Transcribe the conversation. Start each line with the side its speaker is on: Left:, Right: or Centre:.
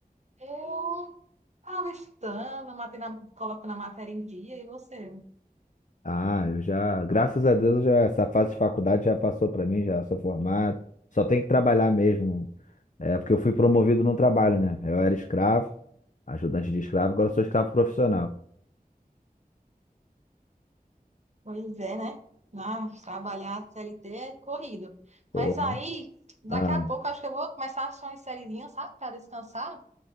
Right: Eu tava estudando, matei na- coloco na matéria em dia, e você?
Left: Ah, eu já, graças a Deus, já essa fase de faculdade já passou pra mim, já sou formado. Só tenho que trabalhar mesmo. É porque eu fui promovido no trabalho, né? Eu era escravo, ajudante de escravo, agora eu sou escravo profissional.
Right: Pois é, né? Ah, trabalhar CLT é corrido.
Left: Pô,
Right: Mas aí,
Left: mas-
Right: daqui
Left: Ah,
Right: a pouco, acho que eu vou começar a assistir uma sériezinha, sabe, pra descansar.